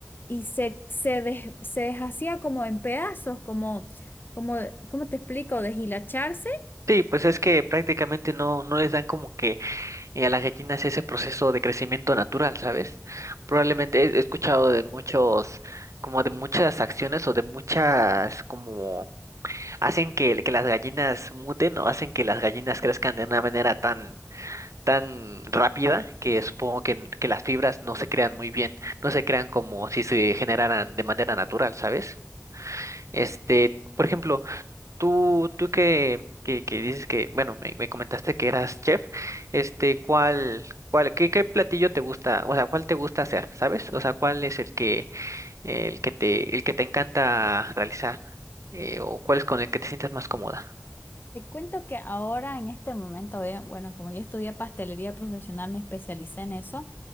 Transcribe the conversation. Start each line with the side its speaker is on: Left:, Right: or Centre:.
Left: y se, se, des- se deshacía como en pedazos, como, como, ¿cómo te explico? Deshilacharse.
Right: Sí, pues es que prácticamente no, no les dan como que eh, a las gallinas ese proceso de crecimiento natural, ¿sabes? Probablemente he he escuchado de muchos, como de muchas acciones o de muchas, como hacen que, que las gallinas muten o hacen que las gallinas crezcan de una manera tan, tan rápida que supongo que, que las fibras no se crean muy bien, no se crean como si se generaran de manera natural, ¿sabes? Este, por ejemplo, Tú, tú que, que, que dices que, bueno, me, me comentaste que eras chef, este, ¿cuál, cuál, qué, qué platillo te gusta, o sea, cuál te gusta hacer, ¿sabes? O sea, ¿cuál es el que, el que te, el que te encanta realizar, Eh, o cuál es con el que te sientes más cómoda?
Left: Te cuento que ahora en este momento, eh, bueno, como yo estudié pastelería profesional, me especialicé en eso.